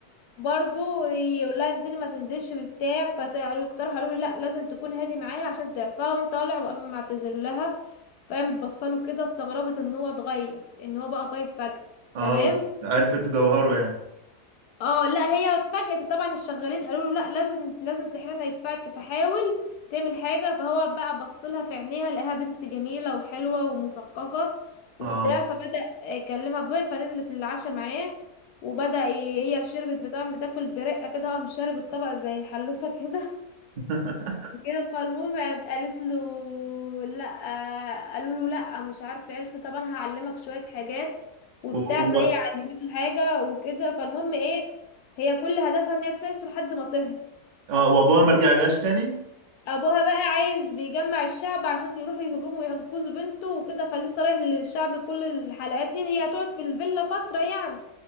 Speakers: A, on the left (about 85°); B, on the right (about 65°).
A: برضو يقول لها انزلي ما تنزلش في بتاع فاقترحوا قالوا له لا لازم تكون هادي معايا عشان تعرف فقام طالع وقام معتذر لها فقامت بصله كده استغربت ان هو اتغير ان هو بقى طيب فجأة
B: اه
A: تمام
B: عرفت جوهره يعني
A: اه لا هي اتفاجئت طبعا الشغالين قالوا له لا لازم لازم سحرنا يتفك فحاول تعمل حاجة فهو بقى بصلها في عينيها لقاها بنت جميلة وحلوة ومثقفة وبتاع
B: اه
A: فبدأ يكلمها بقى فنزلت العشاء معاه وبدأ ي- هي شربت بتاع بتاكل برقة كده قام شارب الطبق زي الحلوفة <laughs> كده
B: <laughs>
A: كده فالمهم قامت قالت له لا قالوا له لا مش عارفه قالت له طب انا هعلمك شويه حاجات وبتاع
B: و... و...
A: فهي علمته حاجه وكده فالمهم ايه هي كل هدفها ان هي تسيسه لحد ما تهرب
B: اه وابوها ما رجعلهاش تاني
A: ابوها بقى عايز بيجمع الشعب عشان يروحوا يهجموا ويحجزوا بنته وكده فلسه رايح للشعب كل الحلقات دي هي هتقعد في الفيلا فتره يعني